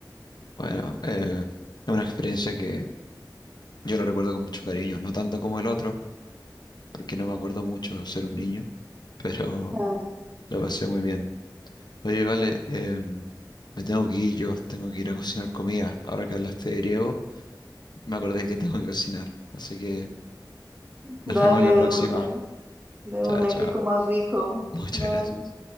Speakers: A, on the left; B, on the right.
A: Bueno, eh, es una experiencia que yo la recuerdo con mucho cariño, no tanto como el otro. porque no me acuerdo mucho al ser un niño, pero
B: Claro.
A: <laughs> la pasé muy bien. Oye, vale, em, me tengo que ir, yo tengo que ir a cocinar comida. Ahora que hablaste de griego, me acordé que tengo que cocinar. Así que nos
B: Dale
A: vemos en la próxima.
B: de una, de
A: Chao,
B: una
A: chao.
B: que comas rico.
A: <laughs> Muchas
B: Bye.
A: gracias.